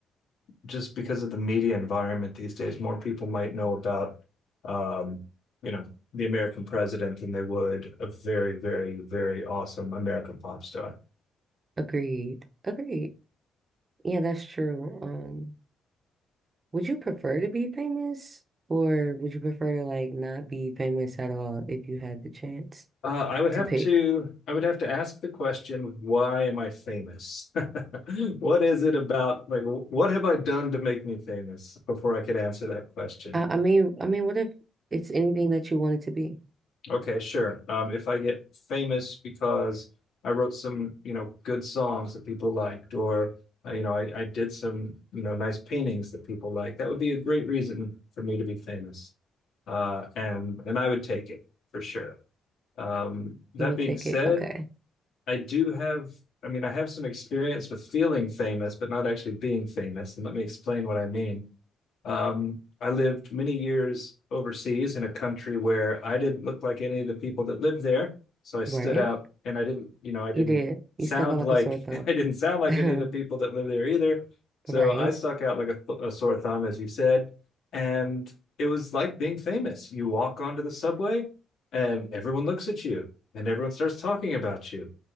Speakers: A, on the left; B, on the right.
A: just because of the media environment these days, more people might know about, um, you know, the American president than they would a very, very, very awesome American pop star.
B: Agreed. Agreed. Yeah, that's true. Um, would you prefer to be famous or would you prefer to like not be famous at all if you had the chance
A: Uh, I would
B: to
A: have
B: pick?
A: to I would have to ask the question, why am I famous? <laughs> What is it about like what have I done to make me famous before I could answer that question?
B: I, I mean, I mean, what if it's anything that you wanted to be?
A: Okay, sure. Um, if I get famous because I wrote some, you know, good songs that people liked, or uh, you know, I, I did some, you know, nice paintings that people liked, that would be a great reason for me to be famous. Uh, and and I would take it for sure. Um, that
B: You would
A: being
B: take
A: said,
B: it. Okay.
A: I do have, I mean, I have some experience with feeling famous, but not actually being famous. And let me explain what I mean. Um, I lived many years overseas in a country where I didn't look like any of the people that lived there. So I stood
B: Right?
A: out and I didn't, you know, I didn't
B: You did.
A: sound
B: You stuck out
A: like,
B: like a sore thumb.
A: <laughs> I didn't sound like any of
B: <laughs>
A: the people that live there either. So
B: Right?
A: I stuck out like a, a sore thumb, as you said. And it was like being famous. You walk onto the subway and everyone looks at you and everyone starts talking about you